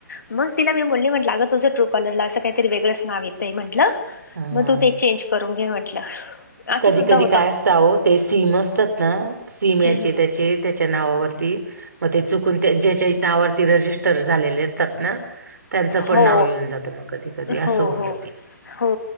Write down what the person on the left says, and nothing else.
मग तिला मी बोलली म्हटलं अगं तुझं ट्रू कॉलरला असं काहीतरी वेगळंच नाव येतंय म्हटलं.
मग तू ते चेंज करून घे म्हटलं. असं
सुद्धा
होतं.
हम्म हम्म.
हो
हो
हो
हो